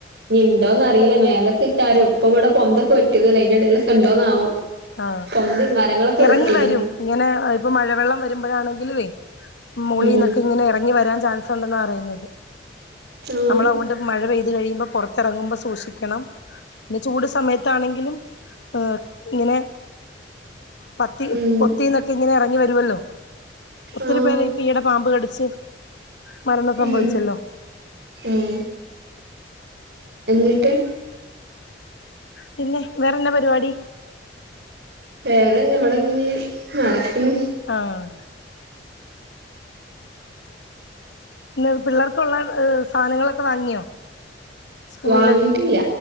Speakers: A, on the right (about 70°); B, on the left (about 80°).
A: ഇനി ഇണ്ടോന്ന് അറിയില്ല മേലൊക്കെക്കാരം ഇപ്പ ഇവിടെ പൊന്തൊക്കെ വെട്ടിയതല്ല അതിന്റെ ഇടയിലൊക്കെ ഉണ്ടോന്നാവോ
B: ആ
A: പൊന്തും മരങ്ങളൊക്കെ
B: ഇറങ്ങി
A: വെട്ടിക്കണു
B: വരും ഇങ്ങനെ ഇപ്പൊ മഴവെള്ളം വരുമ്പോഴാണെങ്കിലുവേ മോളിനൊക്കെ
A: ഉം
B: ഇങ്ങനെ ഇറങ്ങി വരാൻ ചാൻ സുണ്ടെന്ന പറയുന്നത്
A: <unintelligible>
B: നമ്മളതുകൊണ്ട് മഴ പെയ്ത് കഴിയുമ്പോൾ പുറത്തിറങ്ങുമ്പോൾ സൂക്ഷിക്കണം പിന്നെ ചൂട് സമയത്താണെങ്കിലും ഏഹ് ഇങ്ങനെ പത്തി
A: ഉം
B: പൊത്തിന്നൊക്കെ ഇങ്ങനെ ഇറങ്ങി വരുവല്ലോ ഒത്തിരി
A: ആഹ്
B: പേരെ ഇപ്പ ഈടെ പാമ്പ് കടിച്ച് മരണം സംഭവിച്ചല്ലോ
A: ഉം ഉം എന്നിട്ട്
B: പിന്നെ വേറെന്നാ പരിപാടി
A: വേറെന്ന ഇവിടെ ഇങ്ങനെ നടക്ക്ണ്
B: ആഹ് പിന്നെ പിള്ളേർക്കുള്ള സാധനങ്ങളൊക്കെ വാങ്ങിയോ സ്കൂളില്
A: വാങ്ങിട്ടില്ല